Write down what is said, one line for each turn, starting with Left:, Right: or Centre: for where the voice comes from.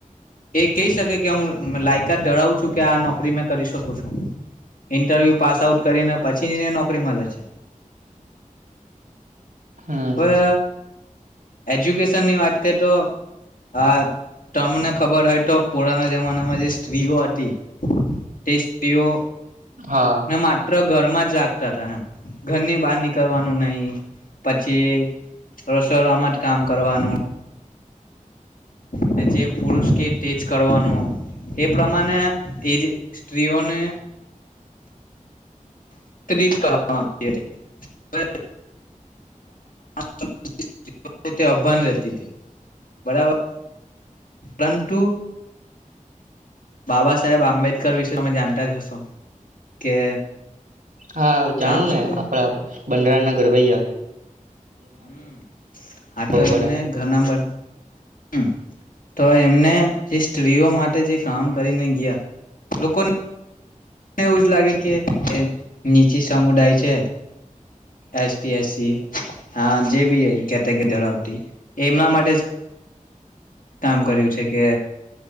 Left: એ કહી શકે કે હું લાયકાત ધરાવું છું કે આ નોક કરી મેં કરી શકું છું. ઇન્ટરવ્યુ પાસ આઉટ કરીને પછી નીને નોકરી મલે છે.
Right: હમ
Left: હવે એજ્યુકેશનની વાત કરી તો હા તમને ખબર હોય તો પુરાના જમાનામાં જે સ્ત્રીઓ હતી તે સ્ત્રીઓ
Right: હા
Left: ન માત્ર ઘરમાં જ રાખતા તા એમ ઘરની બાર નીકળવાનું નહીં, પછી રસોડામાં જ કામ કરવાનું ને જે પુરુષ કે ટેજ કરવાનું એ પ્રમાણે એ જે સ્ત્રીઓને <inaudible> કરવામાં આવતી હતી <inaudible> <inaudible> તે અભન રહેતી તી બરાબર પનતું બાબા સાહેબ આંબેડકર વિશે તમે જાનતા જ હશો કે
Right: હા જાણું
Left: જાણો છો
Right: ને
Left: તમે
Right: આપડા બંધારણના ઘરવૈયા
Left: હમ હા તો
Right: બરા
Left: એમને ઘના બન હમ તો એમને જે સ્ત્રીઓ માટે જે કામ કરીને ગયા લોકોને મને એવું જ લાગે કે એચ કચી સમુદાય છે એસટી એસસી હા જે બી કેટેગરી ધરાવટી એમના માટે જ કામ કર્યું છે કે